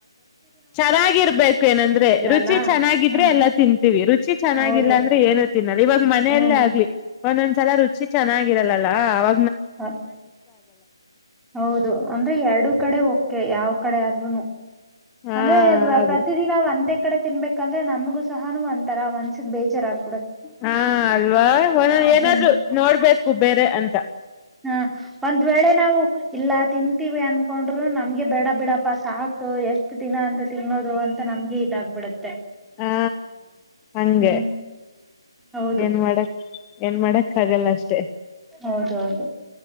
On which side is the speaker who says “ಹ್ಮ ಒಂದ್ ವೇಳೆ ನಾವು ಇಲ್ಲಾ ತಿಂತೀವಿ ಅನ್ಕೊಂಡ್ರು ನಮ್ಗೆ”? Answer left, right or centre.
Centre